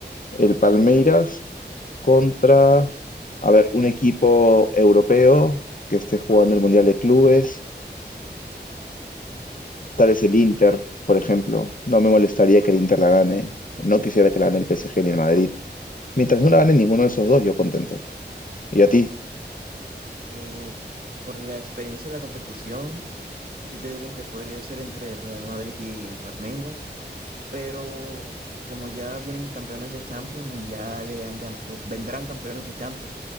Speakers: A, on the left; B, on the right.
A: el Palmeiras contra, a ver, un equipo europeo que esté jugando el Mundial de Clubes Tal vez el Inter, por ejemplo. No me molestaría que el Inter la gane. No quisiera que la gane el PSG ni el Madrid. Mientras no la gane ninguno de esos dos, yo contento. ¿Y a ti?
B: Eh, por la experiencia de la competición, sí te diría que podría ser entre el Real Madrid y el Palmeiras, pero como ya vienen campeones de Champions y ya le han ganado, o vendrán campeones de Champions